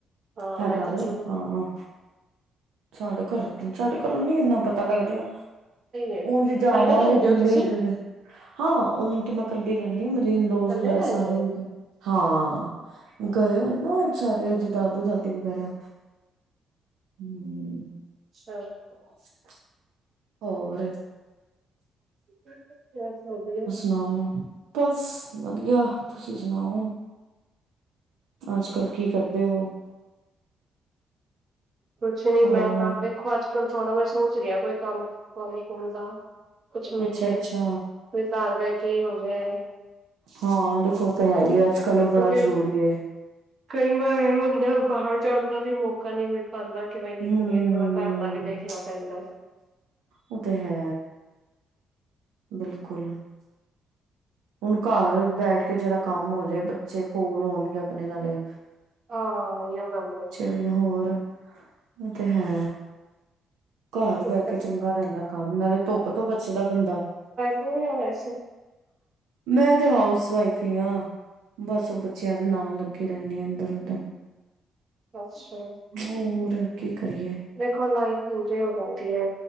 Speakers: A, on the right; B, on the right.
A: ਹਾਂ
B: ਹੈਗਾ
A: ਮੈਂ ਕਿਹਾ
B: ਵੇ
A: ਚਲੋ ਸਹੀ
B: ਹਾਂ। ਸਾਡੇ ਘਰੋ ਦੀ ਸਾਡੇ ਘਰੋਂ ਨੀ ਇੰਨਾ ਪਤਾ ਲੱਗਦਾ।
A: ਹੈ
B: ਉਜ ਜਾਵਾਂਗੇ
A: ਕੱਲੇ ਰਹਿੰਦੇ
B: ਦਿੱਲੀ,
A: ਹੋ ਤੁਸੀਂ
B: ਕਹਿੰਦੇ। ਹਾਂ ਉਂਜ ਤਾਂ ਮੈਂ ਕੱਲੀ ਰਹਿੰਦੀ ਆਂ ਮਰੇ ਇਨ ਲੋਜ
A: ਕੱਲੇ
B: ਵਗੈਰਾ
A: ਰਹਿੰਦੇ
B: ਸਾਰੇ
A: ਹੋ
B: ਓਧਰ। ਹਾਂ ਗਏ ਹੋਏ ਨੇ ਨਾ ਸਾਰੇ ਜਿਦਾ ਦਾਦੂ- ਦਾਦੀ ਵਗੈਰਾ। ਹੂੰ।
A: ਸਹੀ ਹੈਗੀ ਏ।
B: <inaudible> ਹੋਰ?
A: ਓਂਝ ਬਸ ਵਧੀਆ।
B: ਨਾ ਬਸ ਵਧੀਆ ਤੁਸੀਂ ਸੁਣਾਓ? ਅੱਜ ਕੱਲ ਕੀ ਕਰਦੇ ਹੋ?
A: ਕੁਛ ਨੀ
B: ਹੋਰ
A: ਮੈਂ ਤਾਂ ਦੇਖੋ ਅੱਜ-ਕਲ ਹੁਣ ਮੈਂ ਸੋਚ ਰਿਹਾ ਕੋਈ ਕਮ, ਕੰਮ-ਕੁੰਮ ਦਾ ਕੁਛ ਮਿਲਜਾਏ।
B: ਅੱਛਾ ਅੱਛਾ
A: ਕੋਈ ਘਰ ਬਹਿ ਕੇ ਹੀ ਹੋਜੇ।
B: ਹਾਂ ਦੇਖੋ, ਓ ਤਾਂ ਹੈ ਹੀ ਐ, ਅੱਜ- ਕੱਲ
A: ਕਿਉਂਕਿ
B: ਬੜਾ ਜ਼ਰੂਰੀ ਏ
A: ਕਈ ਵਾਰ ਐਹ ਹੁੰਦਾ, ਬਾਹਰ ਜਾਣ ਦਾ ਵੀ ਮੌਕਾ ਨਹੀਂ ਮਿਲ ਪਾਂਦਾ ਕਿ ਬਈ ਨਿਕਲੀਏ
B: ਹੂੰ,
A: ਪੂਰਾ ਘਰ ਦਾ ਵੀ ਦੇਖਣਾ ਪੈਂਦਾ
B: ਓ ਤੇ ਹੈ। ਬਿਲਕੁਲ ਹੁਣ ਘਰ ਬੈਠ ਕੇ ਜੇੜਾ ਕੰਮ ਹੋਜੇ, ਬੱਚੇ ਕੋਲ ਹੋਣਗੇ ਆਪਣੇ ਨਾਲੇ
A: ਹਾਂ ਇਹੀਓ ਗੱਲ ਐ
B: ਨੀ ਹੋਰ, ਉਹ ਤੇ ਹੈ। ਘਰ
A: ਏ
B: ਬਹਿ ਕੇ ਚੰਗਾ ਰੈਂਦਾ ਕੰਮ, ਨਾਲੇ ਧੁੱਪ ਤੋਂ ਬਚਦਾ ਬੰਦਾ
A: ਉਹੀਓ ਵੈਸੇ
B: ਮੈਂ ਤੇ ਹਾਊਸ ਵਾਈਫ ਹੀ ਆਂ ਬਸ ਉਹ ਬੱਚਿਆਂ ਦੇ ਨਾਲ ਲੱਗੇ ਰੈਂਦੇ ਆ ਇੱਧਰ ਉਧਰ
A: ਅੱਛਾ
B: ਹੋਰ ਕੀ ਕਰੀਏ।
A: ਦੇਖੋ ਲਾਈਫ ਇਜੀ ਹੋ ਜਾਂਦੀ ਐ।